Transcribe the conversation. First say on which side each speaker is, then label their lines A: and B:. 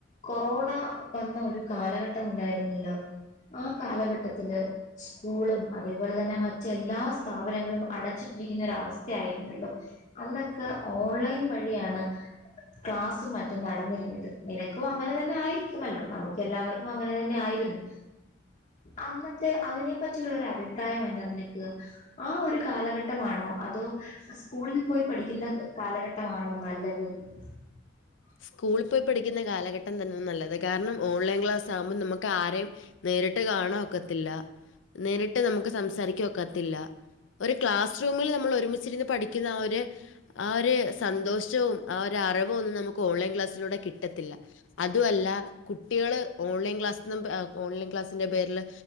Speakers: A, on the left (about 40°); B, on the left (about 80°).
A: കൊറോണ വന്ന ഒരു കാലഘട്ടം ഉണ്ടായിരുന്നല്ലോ ആ കാലഘട്ടത്തില് സ്കൂളും അതേപോലെ തന്നെ മടറ്റ് എല്ലാ സ്ഥാപനങ്ങളും അടച്ചിട്ടിരിക്കുന്ന അടച്ചിട്ടിരിക്കുന്നോരാവസ്ഥയിരുന്നല്ലോ അന്നൊക്കെ ഓൺലൈൻ വഴിയാണ് ക്ലാസ്സും മറ്റും നടന്നിരുന്നത് നിനക്കും അങ്ങനെ തന്നെ ആയിരിക്കുമല്ലോ നമുക്ക് ക്കല്ലാവർക്കും അങ്ങനെ തന്നെ ആയിരുന്നു അന്നത്തെ അതിനെ പറ്റിയുള്ള ഒരു അഭിപ്രായം എന്താ നിനക്ക് ആ ഒരു കാലഘട്ടമാണോ അതോ സ്കൂൾ പോയി പഠിക്കുന്ന കാലഘട്ടമാണോ നല്ലത് <inaudible>
B: സ്കൂളിൽ പോയി പഠിക്കുന്ന കാലഘട്ടം തന്നെയ നല്ലത്, കാരണം ഓൺലൈൻ ക്ലാസ് ആകുമ്പോൾ നമുക്ക് ആരെയും നേരിട്ട് കാണൻ ഒക്കത്തില്ല നേരിട്ട് നമുക്ക് സംസാരിക്ക ഒക്കത്തില്ല ഒരു ക്ലാസ് റൂമിൽ നമ്മൾ ഒരുമിച്ചിരുന്ന് പഠിക്കുന്ന ആ ഒര് ആ ഒരു സന്തോഷവും ആ ഒരു അറിവും ഒന്നും നമുക്ക് ഓൺലൈൻ ക്ലാസ്സിലൂടെ കിട്ടത്തില്ല അതുവല്ല കുട്ടികള് ഓൺലൈൻ ക്ലാസ് എന്ന് ഏ ഓൺലൈൻ ക്ലാസ്സിന്റെ പേരില്